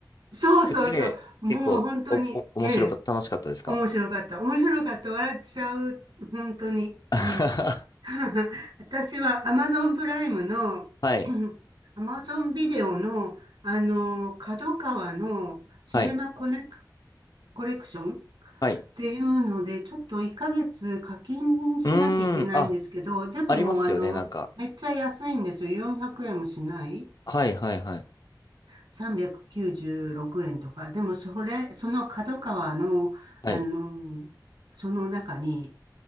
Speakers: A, on the right (about 80°); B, on the left (about 55°).
A: そうそうそう。
B: くて、
A: もう本当に、
B: 結構、お、お、面白かった、
A: ええ、
B: 楽しかったですか
A: 面白かった。面白かった。笑っちゃう。本当に。
B: <laughs>
A: うん。<laughs> 私は Amazon プライムの、
B: はい、
A: <clears throat> Amazon ビデオの、あの、角川のシネマコネク、
B: はい、
A: コレクションっ
B: はい。
A: ていうので、ちょっと1ヶ月課金しなきゃいけないんですけど、
B: うーん、あ、
A: でも、
B: ありますよね、
A: あの、
B: なんか。
A: めっちゃ安いんですよ。400円もしない。
B: はい、はい、はい、
A: 396円とか、でもそれ、その角川の、
B: はい、
A: あの、その中に、